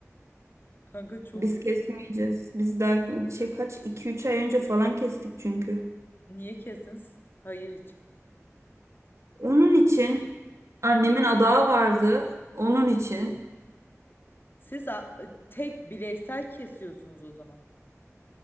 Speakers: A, on the left; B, on the right.
A: kanka çok
B: Biz kesmeyeceğiz. Biz daha şey kaç iki üç ay önce falan kestik çünkü.
A: niye kesiniz? Hayır için.
B: Onun için annemin adağı vardı. Onun için
A: Siz a- tek bireysel kesiyorsunuz o zaman.